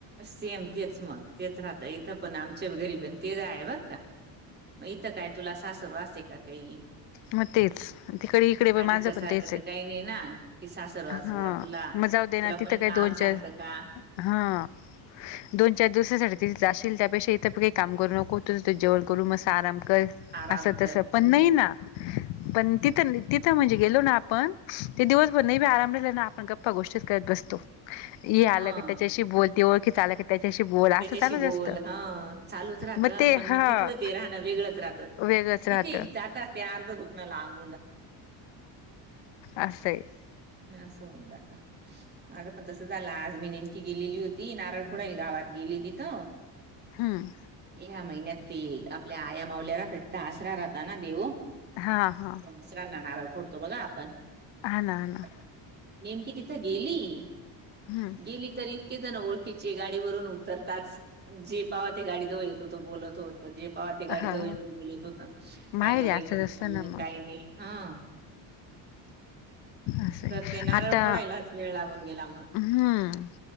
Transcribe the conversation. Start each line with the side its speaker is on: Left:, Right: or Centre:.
Right: सेम तेच मग तेच राहतं इथं पण आमच्या गरीब ते आहे बर का. मग इथं काय तुला सासर वाचे का काही.
Left: मग तेच तिकडे इकडे
Right: आधीच्या
Left: माझं
Right: सारखं
Left: पण तेच
Right: तर
Left: आहे
Right: काही नाही ना कि सासरवास
Left: हा
Right: बुवा तुला
Left: मग जाऊ दे
Right: तुला
Left: ना. तिथं
Right: कोणी
Left: काय
Right: काम
Left: दोन-चार
Right: सांगतं का
Left: हा. दोन-चार दिवसासाठी तिथे जाशील त्यापेक्षा इथं पण काही काम करू नको त जेण करू मस्त आराम कर.
Right: आराम
Left: असं
Right: कर
Left: तस पण
Right: हम्म
Left: नाही ना पण तिथं तिथं म्हणजे गेलो ना आपण. ते दिवसभर नाही बी आराम राहिला ना आपण गप्पा गोष्टीच करत बसतो. ये आलं
Right: ह
Left: का त्याच्याशी बोलते ओळखीच आलं का. त्याच्याशी बोल
Right: त्याच्याशी
Left: असं चालू
Right: बोल
Left: असत
Right: ह चालूच राहतं
Left: मग ते
Right: पण
Left: हा.
Right: मग तिथलं ते राहणं वेगळंच राहतं.
Left: वेगंच
Right: तिथे
Left: राहतं.
Right: जाताच ते अर्ध दुखणं लांब.
Left: अस स. <unintelligible>
Right: ना अस होऊन जात माझं पण तस झालं आज मी नेमकी गेलेली होती नारण पुणेल गावात. गेली तिथ.
Left: हम्म.
Right: ह्या महिन्यात त आपल्या आया मावल्याला आसरा राहता ना देव.
Left: हा हा.
Right: दसरांना नारल फोडतो बघा आपण.
Left: हा ना हा ना
Right: <inaudible> नेमकी तिथं गेली
Left: हम्म
Right: गेली. तर इतके जण ओळखीचे गाडीवररून उतरताच जे पावा ते गाडी जऊळ येत होतो बोलत होत. जे पाह ते गाडीजवळ
Left: हा
Right: येऊन बोलत होत
Left: माहेरी
Right: काय ग बाई
Left: असंच
Right: काय
Left: असतं
Right: चाललं
Left: ना मग
Right: काय नाही. हा
Left: असं आहे.
Right: तर ते नारळ
Left: आता
Right: फोडायलाच वेळ लागून गेला मग.
Left: हम्म.